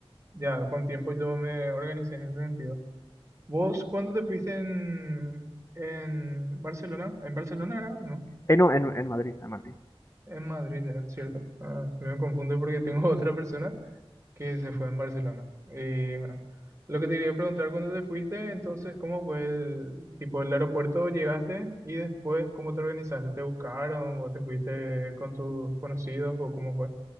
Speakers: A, on the right; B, on the left.
A: ya con tiempo yo me organicé en ese sentido. ¿Vos cuándo te fuiste en, en Barcelona? ¿En Barcelona era? No,
B: Eh, no, en, en Madrid, en Madrid.
A: en Madrid era, cierto. Ah, me confundo porque tengo <laughs> otra persona que se fue en Barcelona. Y bueno, lo que te quería preguntar, ¿cuándo te fuiste? Entonces, ¿cómo fue el tipo el aeropuerto? ¿Llegaste? Y después, ¿cómo te organizaste? ¿Te buscaron? o te fuiste con tus conocidos o cómo fue?